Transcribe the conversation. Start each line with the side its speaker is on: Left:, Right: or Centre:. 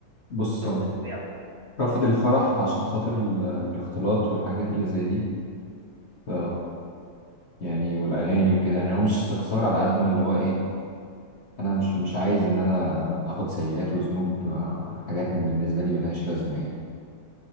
Left: بص
Right: شوف رغبتكوا
Left: أنا
Right: ايه عموما
Left: رافض الفرح عشان خاطر ال- الاختلاط والحاجات اللي زي دي ف
Right: اه
Left: يعني والاغاني وكده يعني هو مش استخسار على قد ما اللي هو ايه انا مش مش عايز ان انا اخد سيئات وذنوب آه، حاجات بالنسبه لي ملهاش لازمه يعني